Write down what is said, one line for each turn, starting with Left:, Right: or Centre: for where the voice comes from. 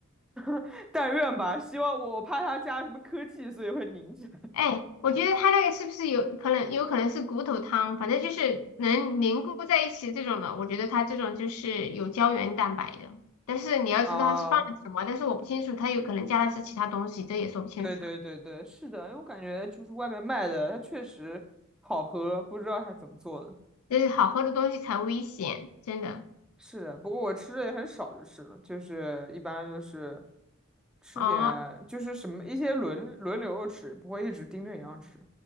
Centre: <laughs> 但愿吧，希望我怕它加什么科技，所以会凝起来。
Left: 哎，我觉得它那个是不是有可能，有可能是骨头汤，反正就是能凝固在一起这种的。我觉得它这种就是有胶原蛋白的，但是你要知道它是放了什么，
Centre: 啊，
Left: 但是我不清楚，它有可能加的是其他东西，这也说不清楚。
Centre: 对对对对，是的，因为我感觉就是外面卖的，它确实好喝，不知道它怎么做的。
Left: 就是好喝的东西才危险，真的。
Centre: 是的，不过我吃的也很少，就是了，就是一般就是吃点，
Left: 哦
Centre: 就是什么一些轮轮流吃，不会一直盯着一样吃。